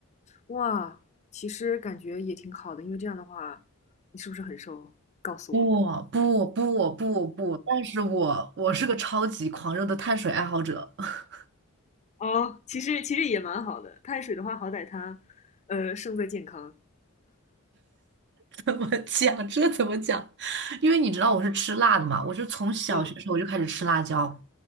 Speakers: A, on the left; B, on the right.
A: 哇，其实感觉也挺好的，因为这样的话，你是不是很瘦？告诉我。
B: 不不不不不，但是我我是个超级狂热的碳水爱好者。<laughs>
A: 哦，其实其实也蛮好的，碳水的话，好歹它，呃，胜在健康。
B: 怎么讲？这怎么讲？因为你知道我是吃辣的嘛，我是从小学时候我就开始吃辣椒。
A: 嗯